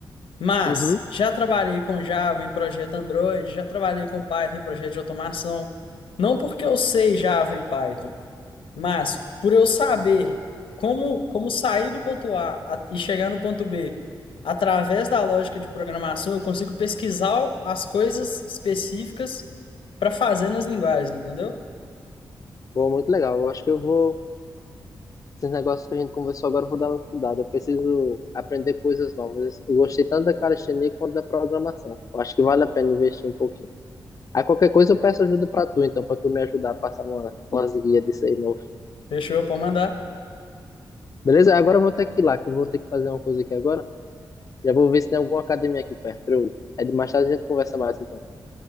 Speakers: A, on the left; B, on the left.
A: Mas
B: Uhum.
A: já trabalhei com Java em projeto Android, já trabalhei com Python em projeto de automação. Não porque eu sei Java e Python, mas por eu saber como, como sair do ponto A a- e chegar no ponto B através da lógica de programação, eu consigo pesquisar as coisas específicas para fazer nas linguagens, entendeu?
B: Pô, muito legal. Eu acho que eu vou. Esses negócios que a gente conversou agora, eu vou dar uma estudada. Eu preciso aprender coisas novas. Eu gostei tanto da calistenia quanto da programação. Eu acho que vale a pena investir um pouquinho. Aí qualquer coisa eu peço ajuda pra tu, então, pra tu me ajudar a passar uma, umas guias disso aí novo.
A: Fechou, pode mandar.
B: Beleza? Agora eu vou ter que ir lá, que eu vou ter que fazer uma coisa aqui agora. Já vou ver se tem alguma academia aqui perto. pra eu ir. É de mais tarde a gente conversa mais, então.